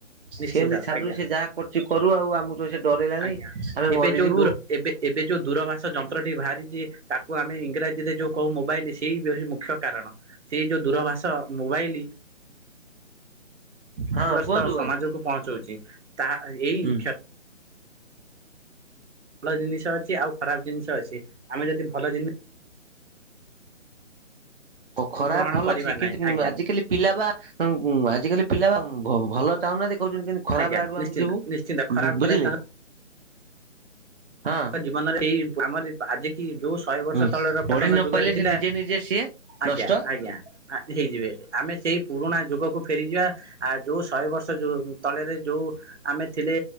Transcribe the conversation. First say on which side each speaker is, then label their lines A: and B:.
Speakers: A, on the right; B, on the right.
A: ନିଶ୍ଚିନ୍ତ
B: ସେମିତି ଛାଡି
A: ଆଜ୍ଞା
B: ଦବୁ ସେ ଯାହା କର ଚି କରୁ ଆଉ ଆମକୁ ତ ସେ ଡରେଇଲାଣି
A: ଆଜ୍ଞା
B: ଆମେ
A: ଏବେ
B: ମରିଯିବୁ
A: ଯୋଉ ଦୂର ଏବେ ଏବେ ଯୋଉ ଦୂରଭାଷା ଯନ୍ତ୍ରଟି ବାହାରିଚି ତାକୁ ଆମେ ଇଂରାଜୀ ରେ ଯୋଉ କହୁ ମୋବାଇଲ ସେଇ ବିହ ମୁଖ୍ୟ କାରଣ ସେଇ ଯୋଉ ଦୂରଭାଷା ମୋବାଇଲ
B: ହଁ
A: ଗ୍ରସ୍ତ
B: କୁହନ୍ତୁ
A: ସମାଜକୁ
B: ଭାଇ
A: ପହଞ୍ଚଉଛି ତାହା ଏଇ
B: ହୁଁ।
A: କ୍ଷ ଭଲ ଜିନିଷ ଅଛି ଆଉ ଖରାପ ଜିନିଷ ଅଛି ଆମେ ଯଦି ଭଲ ଜିନି
B: ଖରା
A: ଗ୍ରହଣ
B: ଭଲ
A: କରିବା
B: ଅଛି
A: ନାହିଁ
B: କିନ୍ତୁ
A: ଆଜ୍ଞା
B: ଆଜିିକାଲି ପିଲା ଉଁ ବା ଆଜିିକାଲି ପିଲା ବା ଭଲ ଚାହୁଁନାହାନ୍ତି କହୁଛନ୍ତି କିନ୍ତୁ ଖରାପ
A: ଆଜ୍ଞା
B: ଆଡୁ
A: ନିଶ୍ଚିନ୍ତ
B: ଆମେ ଯିବୁ
A: ନିଶ୍ଚିନ୍ତ ଖରାପ କଲେ
B: ବୁଝିଲେ।
A: ତାଙ୍କ
B: ହଁ
A: ଜୀବନରେ ଏଇ ଆମରି ଆଜି କି ଯୋଉ ଶହେ ବର୍ଷ
B: ହୁଁ
A: ତଳେ ର
B: ପଢି
A: କାତନ
B: ନ
A: ଯୁଗରେ
B: ପାଇଲେ
A: ଥିଲା
B: ସେ ନିଜେ ନିଜେ ସିଏ
A: ଆଜ୍ଞା
B: ନଷ୍ଟ
A: ଆଜ୍ଞା ହେଇଯିବେ ଆମେ ସେଇ ପୁରୁଣା ଯୁଗକୁ ଫେରିଯିବା ଆ ଯୋଉ ଶହେ ବର୍ଷ ଯୋଉ ତଳେରେ ଯୋଉ ଆମେ ଥିଲେ